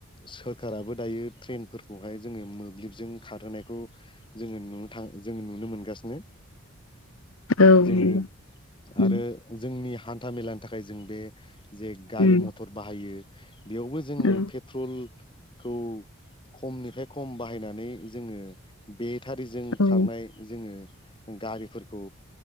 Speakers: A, on the left; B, on the left.
A: सोरखाराबो दायो ट्रेनफोरखौहाय जोङो मोब्लिबजों खारहोनायखौ जोङो नुनो था जोङो नुनो मोनगासिनो
B: <unintelligible> औ
A: जोङो
B: नंगौ, उम
A: आरो जोंनि हान्था मेलानि थाखाय जों बे जे गारि
B: उम
A: मथर बाहायो बेयावबो जोङो
B: औ
A: पेट्रल खौ खमनिफ्राय खम बाहायनानै जोङो बे टारिजों
B: औ
A: खारनाय जोङो गारिफोरखौ